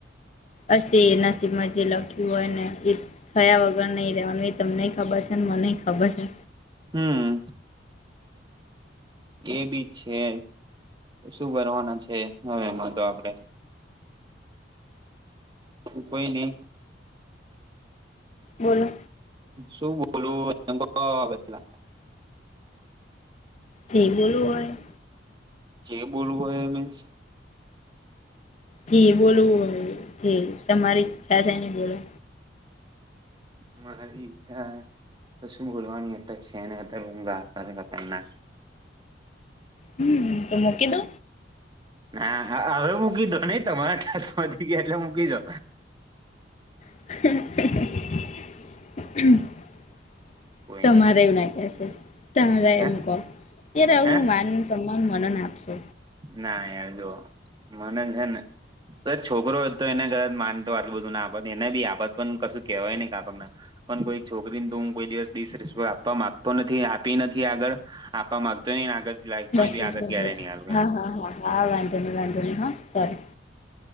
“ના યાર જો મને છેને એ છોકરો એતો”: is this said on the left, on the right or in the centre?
Right